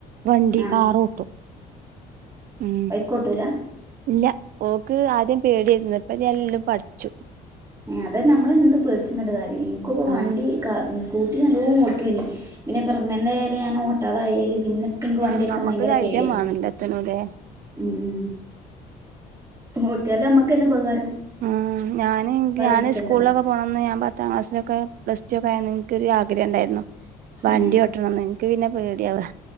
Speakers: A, on the right; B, on the right.
A: വണ്ടി
B: ആ
A: കാറോട്ടും ഉം
B: കോട്ടൂല
A: ഇല്ല ഓക്ക് ആദ്യം പേട്യരുന്നു ഇപ്പ എല്ലു പഠിച്ചു
B: ഏഹ് അതെന്നെ നമ്മളെന്ത് പേടിച്ചിന്നിട്ടൊരു കാര്യല്ല നിക്കിപ്പോ
A: ആ
B: വണ്ടി ക്ക സ്കൂട്ടി നല്ലോം ഓട്ടോഞ് പിന്നെ പ്രെഗ്നൻ്റായയേരെ ഞാൻ ഓട്ടാതായേല് പിന്നെ ഇപ്പം എനിക്ക്
A: ആഹ്
B: വണ്ടി എടുക്കാൻ
A: നമ്മക്ക്
B: ഭയങ്കര
A: ധൈര്യം
B: പേടിയാ
A: വേണല്ലത്ത്‌ നൂലേ
B: ഉം ഓട്ടിയാല് അമ്മക്ക് തന്നെപകാര
A: ആഹ് ഞാന് ഞാനീസ്കൂൾലൊക്കെ
B: പിടിക്കണ്ടല്ലോ
A: പോണംന്ന് ഞാൻ പത്താം ക്ലാസിലൊക്കെ പ്ലസ് ടു ഒക്കെ ആയന്ന് ഇൻക്കൊരാഗ്രഹംണ്ടായിരുന്നു വണ്ടി
B: ഏ
A: ഓട്ടണംന്നേനി ക്ക്പിന്നെ പേടിയാവ